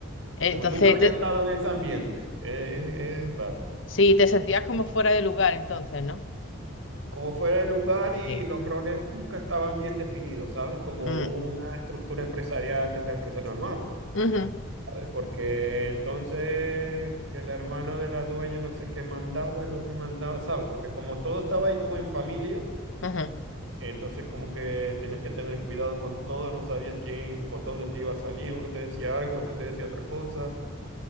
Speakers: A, on the left (about 65°); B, on the right (about 65°).
A: Entonces,
B: como nunca había
A: te-
B: estado en ese ambiente, es, es- es raro.
A: sí, te sentías como fuera de lugar entonces, ¿no?
B: Como fuera el lugar y
A: Sí.
B: los roles nunca estaban bien definidos, ¿sabes? Como
A: Mm.
B: una estructura empresarial de una empresa normal.
A: Ujú,
B: eh, Porque entonces que el hermano de la dueña no sé qué mandaba, el otro mandaba, ¿sabes? Porque como todo estaba ahí como en familia,
A: ujú.
B: entonces como que tenías que tener cuidado con todo, no sabías quién, por dónde te iba a salir, uno te decía algo, otro te decía otra cosa.